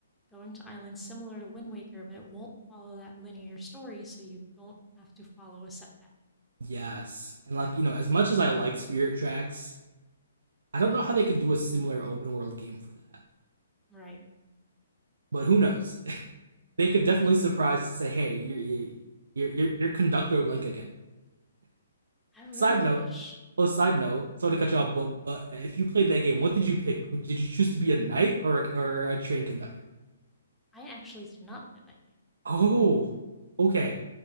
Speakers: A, in the centre; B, on the right (about 85°).
A: going to islands similar to Wind Waker, but it won't follow that linear story, so you don't have to follow a setback.
B: yes, and like you know, as much as I like Spirit Tracks, I don't know how they could do a similar open world game for that.
A: Right.
B: But who knows? <laughs> they could definitely
A: Did,
B: surprise and say, "Hey, you're you're you're, you're conductor Link again."
A: I really
B: Side
A: wish.
B: note. Oh, side
A: Go ahead.
B: note. Sorry to cut you off, but but if you played that game, what did you pick? Did you choose to be a knight or a, or a train conductor?
A: I actually did not play that game.
B: Oh, okay.